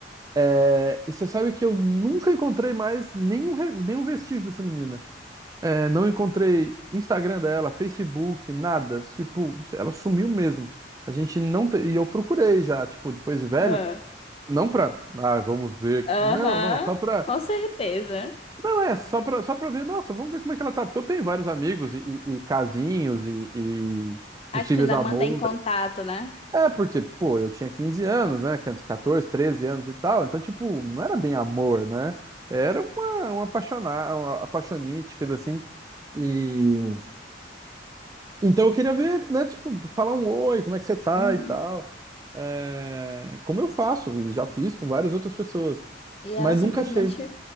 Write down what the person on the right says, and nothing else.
É, e você sabe que eu nunca encontrei mais nenhum, re- nenhum vestígio dessa menina. É, não encontrei Instagram dela, Facebook, nada. Tipo, ela sumiu mesmo. A gente não te... E eu procurei já, tipo, depois de velho,
não pra, ah, vamos ver.
Não, não, só pra
Não, é, só pra, só pra ver, nossa, vamos ver como é que ela tá, porque eu tenho vários amigos e, e- e casinhos e, e possíveis
amores.
É, porque, pô, eu tinha 15 anos, né, 14, 13 anos e tal, então, tipo, não era bem amor, né? Era uma, uma apaixonar, uma apaixonite, coisa assim. E então eu queria ver, né, tipo, falar um oi, como é que você tá
e tal. É, como eu faço, e já fiz com várias outras pessoas,
mas
nunca achei.